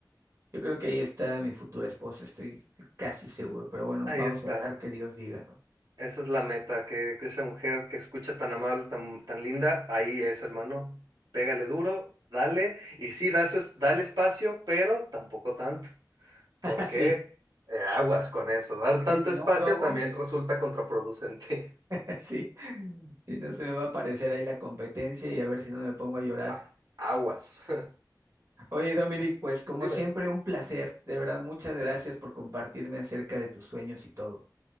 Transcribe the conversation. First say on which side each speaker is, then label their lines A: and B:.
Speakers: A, on the right; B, on the right.
A: yo creo que ahí está mi futura esposa, estoy casi seguro, pero bueno,
B: Ahí
A: vamos
B: está.
A: a dejar que Dios diga, ¿no?
B: Esa es la meta, que, que esa mujer que escucha tan amable, tan, tan linda, ahí es, hermano. Pégale duro, dale. Y sí, da su es- dale espacio, pero tampoco tanto. Porque
A: <laughs> Sí,
B: eh, aguas con eso. Dar tanto
A: sí, si
B: espacio
A: no un lobo,
B: también resulta contraproducente.
A: <laughs> sí, si no se me va a aparecer ahí la competencia y a ver si no me pongo a llorar.
B: <laughs> A- aguas.
A: Oye, Dominic, pues como
B: <laughs> Dime.
A: siempre, un placer, de verdad, muchas gracias por compartirme acerca de tus sueños y todo.